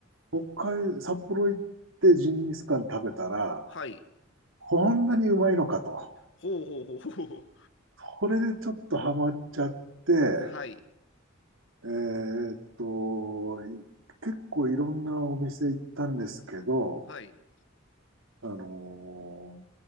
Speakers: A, on the right; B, on the left.
A: 北海、札幌行ってジンギスカン食べたら、
B: はい。
A: こんなにうまいのかと。
B: ほうほうほうほうほう。
A: これでちょっとハマっちゃって、
B: はい。
A: えーっと、い結構いろんなお店行ったんですけど、
B: はい。
A: あの